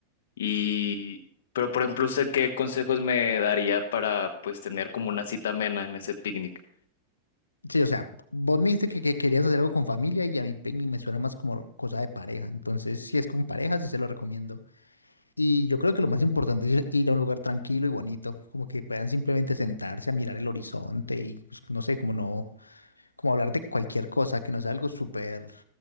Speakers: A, on the left (about 60°); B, on the left (about 80°).
A: Y, pero por ejemplo, ¿usted qué consejos me daría para pues tener como una cita amena en ese picnic?
B: Sí, o sea, vos me dijiste que, que querías hacer algo con familia y a mí picnic me suena más como cosa de pareja. Entonces, si es con pareja, sí se lo recomiendo. Y yo creo que lo más importante es ir a un lugar tranquilo y bonito, como que puedan simplemente sentarse a mirar el horizonte y pues, no sé, como no, como hablar de cualquier cosa que no sea algo súper